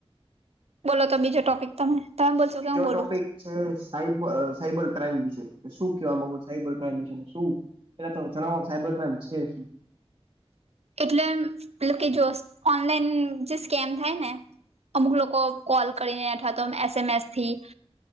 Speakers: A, on the right; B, on the right.
A: બોલો તો બીજો ટોપિક તમે. તમે બોલશો
B: બીજો
A: કે હું
B: ટોપિક
A: બોલું
B: છે સાબર સાયબર ક્રાઈમ વિશે શું કેવા માંગો સાયબર ક્રાઈમ વિશે શું. પેલા તો જણાવો સાયબર ક્રાઈમ છે શુ
A: એટલે મતલબ કે જો ઓનલાઈન જે સ્કેમ થાય ને અમુક લોકો કોલ કરીને ઠાતો એસએમએસ થી